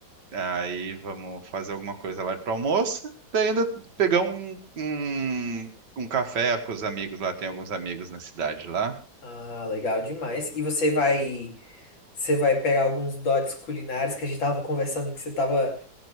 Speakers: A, on the right; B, on the left.
A: Aí vamos fazer alguma coisa lá para almoço. Daí ainda pegar um, um, um café com os amigos lá. Tem alguns amigos na cidade lá.
B: ah, legal demais. E você vai, você vai pegar alguns dotes culinários que a gente tava conversando que você tava